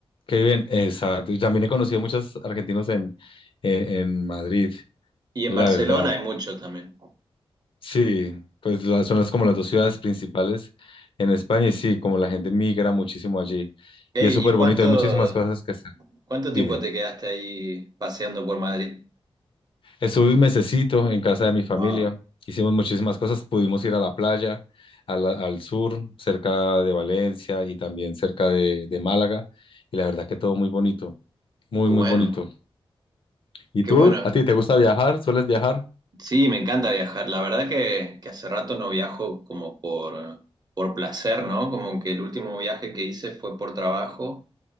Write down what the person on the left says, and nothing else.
Qué bien, exacto. Y también he conocido muchos argentinos en, en, en Madrid,
la
verdad.
Sí, pues la- son las, como las dos ciudades principales en España y sí, como la gente migra muchísimo allí.
Y es súper
bonito, hay muchísimas cosas que hacer.
Dime,
estuve un mesecito en casa de mi familia,
hicimos muchísimas cosas, pudimos ir a la playa, a la- al sur, cerca de Valencia y también cerca de, de Málaga. Y la verdad que todo muy bonito, muy,
muy bonito. ¿Y
tú?
¿A ti te gusta viajar? ¿Sueles viajar?